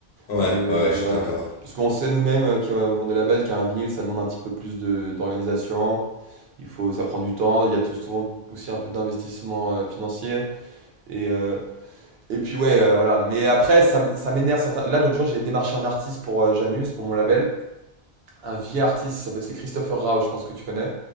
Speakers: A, on the left; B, on the right.
A: Ouais,
B: Mais euh,
A: ouais, je
B: voilà.
A: suis d'accord.
B: Parce qu'on sait nous-mêmes euh, qui avons des labels qu'un vinyle, ça demande un petit peu plus de, d'organisation. Il faut, ça prend du temps. Il y a tout, souvent aussi un peu d'investissement euh, financier. Et, euh, et puis ouais, euh, voilà. Mais après, ça, m- ça m'énerve certains. Là, l'autre jour, j'ai démarché un artiste pour euh, Jamuse, pour mon label. Un vieil artiste, il s'appelle- c'est Christopher Rao, je pense que tu connais.